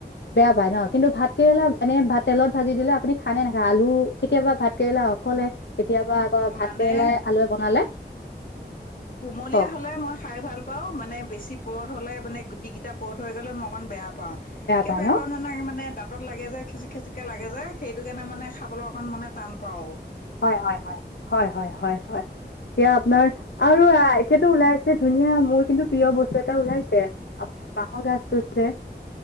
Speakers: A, on the left; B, on the left.
A: পাই ন? কিন্তু ভাত কেৰেলা এনে বা তেলত ভাজি দিলে আপুনি খায় নে নাখায়? আলু কেতিয়াবা ভাত কেৰেলা অকলে কেতিয়াবা আকৌ ভাত
B: মানে
A: কেৰেলাই আলুৱে বনালে।
B: কুমলীয়া
A: কওক
B: হলে মই খাই ভাল পাও। মানে বেছি পূৰঠ হ'লে মানে গুটি কেইটা পূৰঠ হৈ গ'লে ম অকন বেয়া পাওঁ। কিয়
A: পায়
B: বেয়া
A: ন।
B: পাও মানে মানে দাঁতত লাগে যে, খিচিক খিছিককে লাগে যে যে সেইটো কাৰণে মানে খাবলৈ অকণ মানে টান পাওঁ আও।
A: হয়-হয়-হয়-হয়-হয়-হয়। এতিয়া আপোনাৰ আৰু এতিয়া ওলাইছে ধুনীয়া মোৰ কিন্তু প্ৰিয় বস্তু এটা ওলাইছে আপোনাৰ বাঁহৰ গাজটো যে।